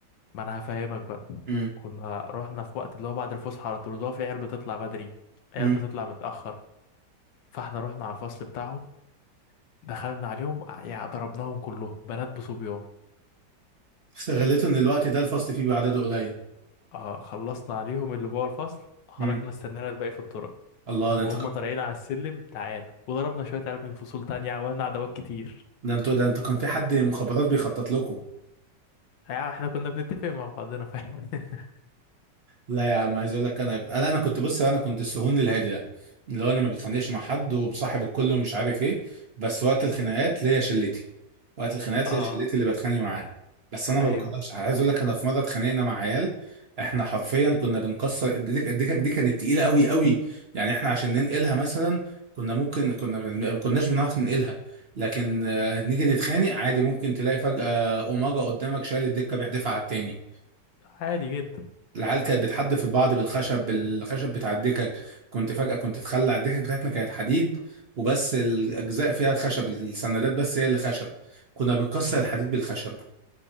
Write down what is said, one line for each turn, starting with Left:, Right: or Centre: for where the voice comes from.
Left: ما انا هفهمك بقى
Right: امم
Left: كنا رحنا في وقت اللي هو بعد الفسحه على طول اللي هو في عيال بتطلع بدري عيال
Right: امم
Left: بتطلع متاخر فاحنا رحنا على الفصل بتاعهم دخلنا عليهم يعني ضربناهم كلهم بنات بصبيان
Right: استغليته ان الوقت ده الفصل فيه بعدده قليل
Left: آه خلصنا عليهم اللي جوه الفصل خرجنا
Right: امم
Left: استنينا الباقي في الطرق
Right: الله ده
Left: وهم
Right: انت
Left: طالعين على السلم تعالى وضربنا شوية عيال من فصول تانية عملنا عداوات كتير
Right: ده انتوا ده انتوا كان في حد مخابرات بيخطط لكم
Left: يعني احنا كنا بنتفق مع بعضنا فاهم <laughs>
Right: لا يا عم عايز اقول لك انا لا انا كنت بص انا كنت السهون الهادي ده اللي هو انا ما بتخانقش مع حد ومصاحب الكل ومش عارف ايه بس وقت الخناقات ليا شلتي وقت الخناقات
Left: اه
Right: ليا شلتي اللي بتخانق معاها بس انا ما
Left: ايوه
Right: بكرهش حد. عايز اقول لك انا في مره اتخانقنا مع عيال احنا حرفيا كنا بنكسر الدك- الدكك دي كانت تقيله قوي قوي يعني احنا عشان ننقلها مثلا كنا ممكن كنا ما كناش بنعرف ننقلها لكن آه، نيجي نتخانق عادي ممكن تلاقي فجأة أوماجا قدامك شايل الدكة بيحدفها على التاني
Left: عادي جدا
Right: العيال كانت بتحدف البعض بالخشب بالخشب بتاع الدكك كنت فجأة كنت تخلع الدكك بتاعتنا كانت حديد وبس الأجزاء فيها الخشب السندات بس هي اللي خشب كنا بنكسر
Left: مم.
Right: الحديد بالخشب